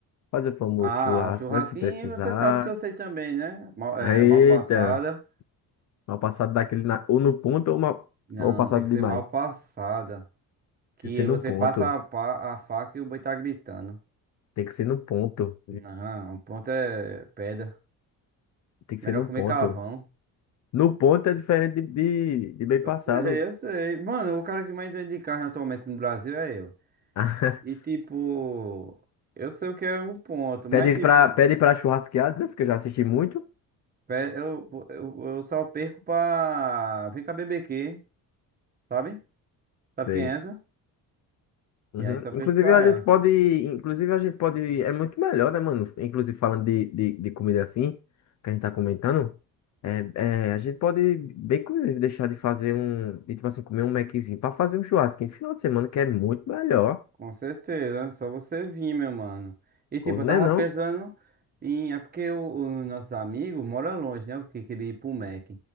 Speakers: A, on the left (about 50°); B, on the right (about 25°).
A: Fazer o famoso
B: Ah,
A: churrasco,
B: o churrasquinho
A: né? Se precisar.
B: você sabe que eu sei também, né? Mal, é,
A: Eita,
B: mal passada.
A: uma passada daquele na, ou no ponto ou uma
B: Não,
A: ou passada
B: tem que
A: demais.
B: ser mal passada. Que
A: Tem que ser no
B: você
A: ponto.
B: passa a, pá- a faca e o boi tá gritando.
A: Tem que ser no ponto.
B: Não, o ponto é pedra.
A: Tem
B: Melhor
A: que ser no
B: comer
A: ponto.
B: carvão.
A: No ponto é diferente de, de, de bem
B: Eu
A: passado.
B: sei, eu sei. Mano, o cara que mais entende de carne atualmente no Brasil é eu.
A: <laughs>
B: E tipo, eu sei o que é um ponto, mas
A: Pede
B: tipo,
A: pra, pede pra churrasqueadas, que eu já assisti muito.
B: pe- eu, eu, eu só perco pra. Vem cá, BBQ, sabe? Sabe
A: Sei.
B: quem é essa?
A: Uhum.
B: E aí só perco
A: Inclusive
B: pra
A: a
B: ela.
A: gente pode, inclusive a gente pode, é muito melhor, né, mano? Inclusive falando de, de, de comida assim, que a gente tá comentando, é, é, a gente pode bem, inclusive, deixar de fazer um, de, tipo assim, comer um Maczinho pra fazer um churrasco no final de semana, que é muito melhor,
B: Com certeza, é só você vir, meu mano. E tipo,
A: não
B: eu tava
A: é não?
B: pensando em. É porque o- os nossos amigos moram longe, né? O que queria ir pro Mac.